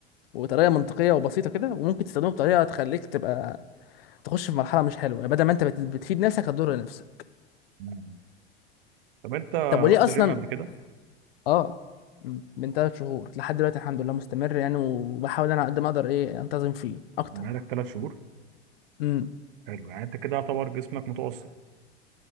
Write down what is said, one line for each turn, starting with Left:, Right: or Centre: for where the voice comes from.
Left: وطريقه منطقيه وبسيطه كده وممكن تستخدمه بطريقه تخليك تبقى تخش في مرحله مش حلوه يعني بدل ما انت بت- بتفيد نفسك هتضر نفسك
Right: نعم. طب أنت
Left: طب وليه
Right: رحت
Left: اصلا
Right: جيم قبل كده
Left: اه م، من ثلاث شهور لحد دلوقتي الحمد لله مستمر يعني وبحاول انا على قد ما اقدر ايه انتظم فيه اكتر
Right: بقالك تلات شهور
Left: امم
Right: حلو يعني أنت كده يعتبر جسمك متوسط